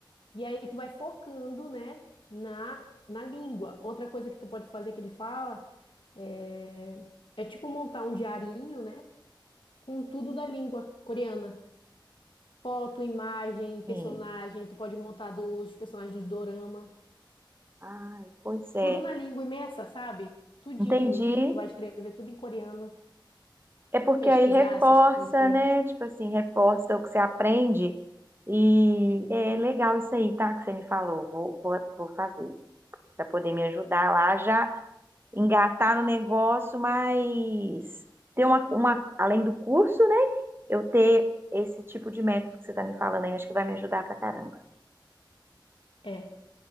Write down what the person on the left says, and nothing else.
E aí tu vai focando, né, na, na língua. Outra coisa que tu pode fazer que ele fala é, é tipo montar um diarinho, né? com tudo da língua coreana. Foto, imagem, personagem,
tu pode montar dos personagens do dorama.
Tudo na língua imersa, sabe? Tudinho.
Tu vai escrever tudo em coreano,
pesquisar
essas coisas e tudo
mais.
É.